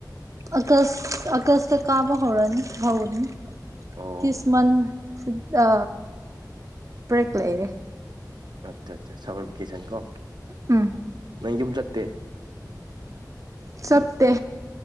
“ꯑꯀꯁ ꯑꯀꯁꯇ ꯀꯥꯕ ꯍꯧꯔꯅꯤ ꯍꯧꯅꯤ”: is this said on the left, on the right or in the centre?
Right